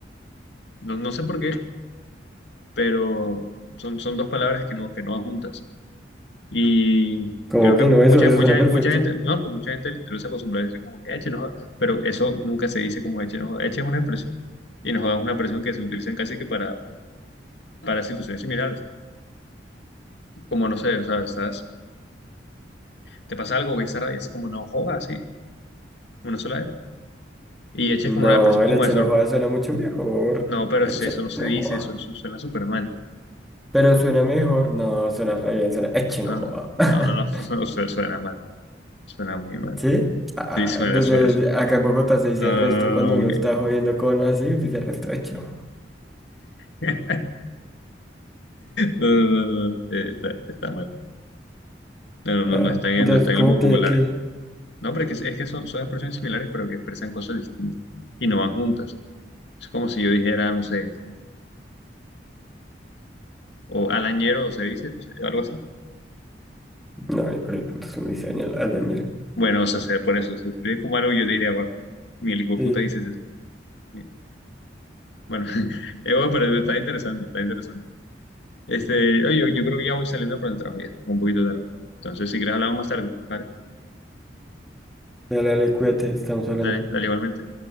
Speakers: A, on the left; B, in the centre.
A: no, no sé por qué, pero son, son dos palabras que no, que no van juntas. Y
B: ¿Cómo
A: creo que
B: que
A: mu-
B: no?
A: mucha,
B: Eso, eso
A: mucha,
B: suena perfecto.
A: mucha gente, no, que mucha gente le interesa acostumbrarse como que eche, no, pero eso nunca se dice como eche, no, eche es una expresión. Y nos da una expresión que se utiliza casi que para, para situaciones similares. Como, no sé, o sea, estás, te pasa algo, güey, y dices como, no, joda, así, una sola vez. Y eche
B: No,
A: es como una expresión
B: el
A: como
B: eche
A: de sor-
B: no joda suena mucho mejor.
A: No, pero
B: Eche
A: es- eso no se
B: no
A: dice,
B: joda.
A: eso, eso suena súper mal.
B: Pero suena mejor. No, suena re bien, suena eche
A: No,
B: no
A: no,
B: joda.
A: no,
B: <laughs>
A: no, <laughs> no, no, su- suena mal, suena muy mal.
B: ¿Sí? Ah,
A: Sí, suena,
B: Desde
A: suena, suena.
B: de- acá en Bogotá se dice
A: No,
B: resto
A: no, no,
B: cuando
A: no, no,
B: uno
A: mi-
B: está jodiendo con así, dice resto eche no
A: <laughs> no, no, no, no, eh, está, está mal. No, no, no
B: Ah,
A: no está en el,
B: entonces,
A: no está
B: como
A: en el vocabulario.
B: que, que,
A: No, pero es que, es que son, son expresiones similares, pero que expresan cosas distintas y no van juntas. Es como si yo dijera, no sé, o alañero, o se dice, no sé, algo así.
B: no, ni por el puto uno dice al, al dañero.
A: Bueno, o sea, se- por eso, se escribe como algo y yo diría, "Bueno, mi el hijo de
B: Sí,
A: puta dices eso. Bien, Bueno, <laughs> eh, bueno, pero está interesante, está interesante. Este, oye, yo, yo creo que ya voy saliendo para el trabajo ya, un poquito tarde. Entonces, si quieres hablamos más tarde, ¿vale?
B: dale, dale, cuídate, estamos hablando.
A: Dale, dale igualmente.